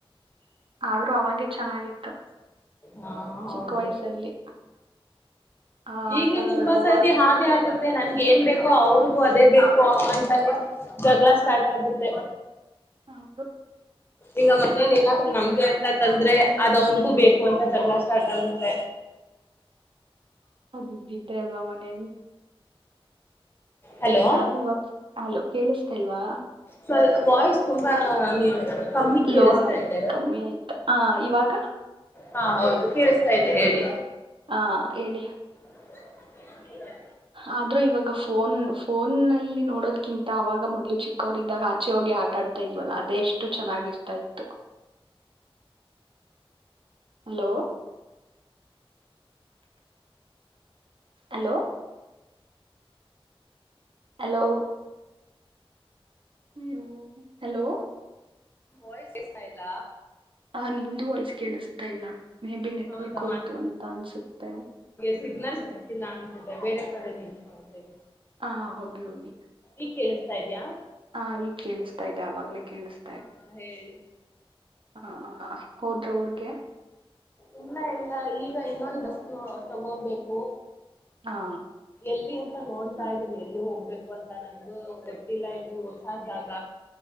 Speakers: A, on the right; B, on the left.
A: ಆದ್ರೂ ಅವಾಗೆ ಚೆನ್ನಾಗಿತ್ತು
B: ಹಾ ಹೌದು
A: ಚಿಕ್ಕ ವಯಸ್ಸಲ್ಲಿ ಆ ಆಟಗಳು
B: ಈಗ್ಲೂ ತುಂಬಾ ಸತಿ
A: ಆ
B: ಹಾಗೆ ಆಗ ಮತ್ತೆ ನನ್ಗ ಏನ್ ಬೇಕೋ ಅವ್ರಿಗೂ ಅದೇ ಬೇಕು ಅಂತಾನೆ ಜಗಳ
A: ಹಾ,
B: ಸ್ಟಾರ್ಟ್ ಆಗುತ್ತೆ
A: ಹೌದು
B: ಈಗ ಮನೇಲಿ ಏನಾದ್ರು ನಮ್ಗೆ ಅಂತ ತಂದ್ರೆ ಅದ್ ಅವನ್ಗೂ ಬೇಕು ಕಂತ ಜಗ್ಲ ಸ್ಟಾರ್ಟ ಆಗತ
A: ಅದ್ದಿದ್ದೆ ಅಲ್ವಾ ಮನೇಲಿ
B: ಹಲೋ
A: ಆದ್ರೆ ಇವಾಗ ಆಲೋ ಕೇಳಿಸತೇ ಅಲ್ವಾ
B: ಸ ವಾಯ್ಸ್ ತುಂಬಾ ನೀ ಕಮ್ಮಿ ಕೇಳಿಸ್ತಾ
A: ಲೋ ಆಯ್ತು
B: ಇದೆ
A: ಕಮ್ಮಿ ಆಯ್ತಾ ಹ ಇವಾಗ
B: ಹಾ ಹೌದು ಕೇಳಿಸ್ತಾ ಇ್ದ ಹೇಳಿ
A: ಹಾ ಹೇಳಿ
B: <unintelligible>
A: ಆದ್ರೂ ಇವಾಗ ಫೋನ್ ಫೋನ್ಲ್ಲಿ ನೋಡೋದ್ಕಿಂತ ಅವಾಗ ಮೊದ್ಲು ಚಿಕ್ಕವರಿದ್ದಾಗ ಆಚೆ ಹೋಗಿ ಆಟಾಡ್ತಾ ಇಲ್ವಲ್ಲ ಅದೇ ಎಷ್ಟು ಚೆನ್ನಾಗಿರ್ತಾ ಇತ್ತು ಹಲೋ ಹಲೋ ಹಲೋ ಹ್ಮ ಹಲೋ
B: ನಿಮ ವಾಯ್ಸ್ ಎಷ್ಟ ಇಲ್ಲ
A: ಆ ನಿಮ್ದು ವಯಸ್ ಕೇಳಿಸ್ತಾ ಇಲ್ಲ ಮೇ ಬಿ ನೆಟ್ವರ್ಕ್
B: ಹೌದಾ
A: ಹೋಯ್ತು ಅಂತ ಅನ್ಸುತ್ತೆ
B: ಸಿಗ್ನಲ್ಸ್ ಹೇತಿಲ್ಲ ಅನ್ಸಿದೆ ಬೇರೆ ಕಡೆ ನಿಂತ್ಕೊಂತೀನಿ
A: ಹಾ ಹೋಗಿ ಹೋಗಿ
B: ಈಗ ಕೇಳಿಸ್ತಾ ಇದ್ಯಾಾ
A: ಹಾ ಈಗ್ ಕೇಳಿಸ್ತಾ ಇದೆ ಅವವಾಗ್ಲೇ ಕೇಳಿಸ್ತ
B: ಹಾ ಹೇಳಿ
A: ಹ ಹೋದ್ರ ಊರ್ಗೆ
B: ಇಲ್ಲ ಇಲ್ಲ ಈಗ ಇನ್ನೊಂದು ಬಸ್ನ ತಗೋಬೇಕು
A: ಆ
B: ಎಲ್ಲಿ ಅಂತ ನೋಡ್ತಾ
A: ಹ್ಮ್
B: ಇದೀವಿ ಎಲ್ಲಿ ಹೋಗ್ಬೇಕು ಅಂತ ನನ್ಗು ಗೊತ್ತಿಲ್ಲ ಇದು ಹೊಸ ಜಾಗ